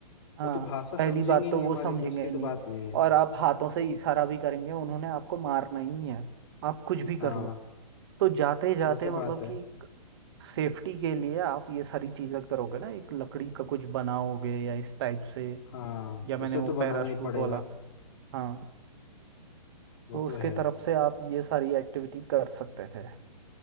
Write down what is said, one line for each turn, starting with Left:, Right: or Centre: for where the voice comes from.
Right: हाँ
Left: वो तो भाषा
Right: पहली
Left: समझेंगे
Right: बात
Left: ही
Right: तो
Left: नहीं
Right: वो
Left: हमारी
Right: समझेंगे
Left: तो उसकी तो
Right: नहीं
Left: बात नहीं है
Right: और आप हाथों से इशारा भी करेंगे उन्होंने आपको मारना ही है आप कुछ भी
Left: हाँ
Right: कर लो तो जाते जाते
Left: वो तो
Right: मतलब
Left: बात है
Right: कि सेफ्टी के लिए आप ये सारी चीजें करोगे ना एक लकड़ी का कुछ बनाओगे या इस टाइप से
Left: हाँ
Right: या मैंने
Left: उसे
Right: वो
Left: तो बनाना
Right: पैराशूट
Left: ही पड़ेगा
Right: वाला हाँ
Left: वो
Right: तो
Left: तो
Right: उसके
Left: है
Right: तरफ से आप ये सारी एक्टिविटी कर सकते थे